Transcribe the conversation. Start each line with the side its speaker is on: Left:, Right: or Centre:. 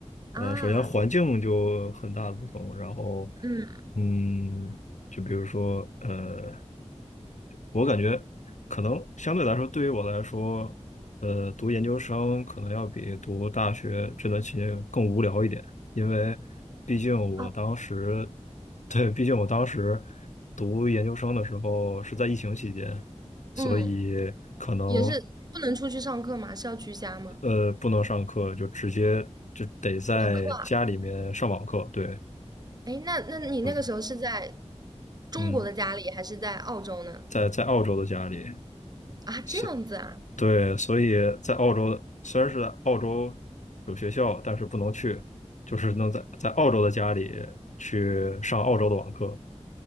Right: 啊，
Left: 呃，首先环境就很大的不同，然后，
Right: 嗯
Left: 嗯，就比如说，呃，我感觉可能相对来说，对于我来说，呃，读研究生可能要比读大学这段期间更无聊一点。因为毕竟我当时，
Right: 啊，
Left: 对，毕竟我当时读研究生的时候是在疫情期间，所以可能
Right: 嗯，也是不能出去上课吗？是要居家吗？
Left: 呃不能上课，就直接就得在家里面上网课。
Right: 网课啊？
Left: 对，
Right: 哎，那那你那个时候是在
Left: 嗯
Right: 中国的家里，
Left: 嗯，
Right: 还是在澳洲呢？
Left: 在在澳洲的家里，
Right: 啊，这样子啊。
Left: 所对，所以在澳洲的虽然是在澳洲有学校，但是不能去，就是能在在澳洲的家里去上澳洲的网课。